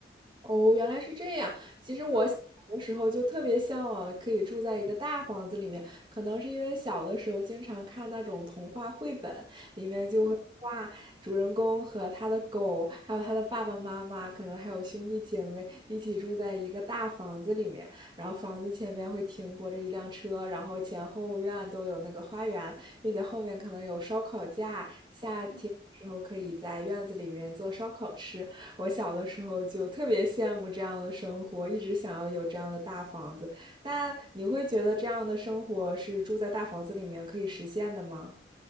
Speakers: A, on the right; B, on the left.
A: 哦，原来是这样。其实我小的时候就特别向往可以住在一个大房子里面，
B: 嗯
A: 可能是因为小的时候经常看那种童话绘本，里面就会画主人公和他的狗，
B: 嗯
A: 还有他的爸爸妈妈，可能还有兄弟姐妹一起住在一个大房子里面，然后房子前面会停泊着一辆车，然后前后院都有那个花园，并且后面可能有烧烤架，夏天。
B: 嗯。
A: 时候可以在院子里面做烧烤吃，我小的时候就特别羡慕这样的生活，一直想要有这样的大房子。但你会觉得这样的生活是住在大房子里面可以实现的吗？